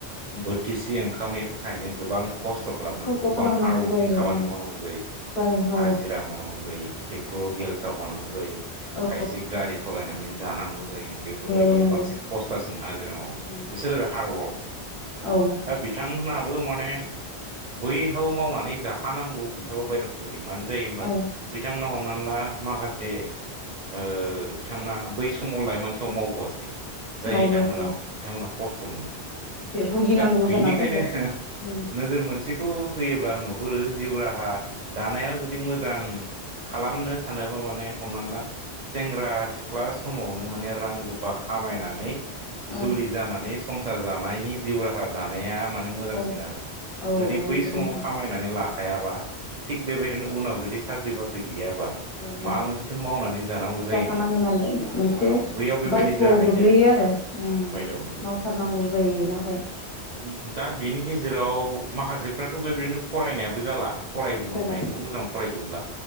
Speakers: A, on the right; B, on the left.
A: बोथिसि ओंखामनि थाखायनो गोबां खस थ' खालामनांगौ
B: खस्थ'
A: गोबां
B: खालामनांगौ
A: हार्ड वारकिं
B: जायो
A: खामानि
B: ओं
A: मावनांगौ जायो ।
B: जायो नंगौ
A: हाजिरा मावनांगौ जायो ट्रेक्टर बेलसा हनांगौ जायो
B: औ
A: खायसे गारि सलायना नै जानांगौ जायो बेफोरबायदिया
B: औ नंगौ
A: बांसिन खस्थासिन हाजिरा मावग्राया
B: औ
A: बिसोर <unintelligible> हार्डवर्क
B: औ
A: दा बिथांमोनाबो माने बैहाव मावनानै जा जाखानांगौ बिस्राबो बायध'था जायो मानो जायो होमबा
B: औ
A: बिथांमोना हमनानै ला माखासे ओ बिथांमोना बै समाव लाइमोन समाव मावबोआसै । जायनि
B: मावबोआसै
A: दाहोनाव बिथांमोना खस्थ' मोनो ।
B: एसे भुगिनांगौ
A: दा बेनिखायनो
B: जाना फैबाय उम
A: नोजोर मोनसेखौ फैयोब्ला नुहुरो जिउ राहा दानायाव जुदि मोजां खालामनो सानोबा माने हमनानै ला सेंग्रा सिख्ला समावनो माने रां रुफा खामायनानै
B: औ
A: जुलि जानानै संसार जानायनि जिउ राहा दानाया माने मोजांसिन
B: औ
A: आरो।
B: औ
A: जुदि
B: औ
A: बै
B: नंगौ
A: समाव
B: नोंथां
A: खामायनानै लाखायाबा थिग बेबायदिनो उनाव जुदि साख्रि बाख्रि गैयाबा
B: गैयाब्ला
A: माबा मोनसेथ' मावनानै जानांगौ जायो
B: जाखानाङौ नालाय मोनसे
A: औ बैयाव बेबायदि
B: बायथ'आव
A: जाहैयो
B: गोग्लैयो आरो उम
A: बायद'आव
B: मावथारनांगौ जायो नालाय
A: उम दा बिनि गेजेराव माखासेफ्राथ' बेबायदिनो फरायनायाबो जाला फराय
B: जाला
A: नायखौ मोजां फरायजोबब्ला।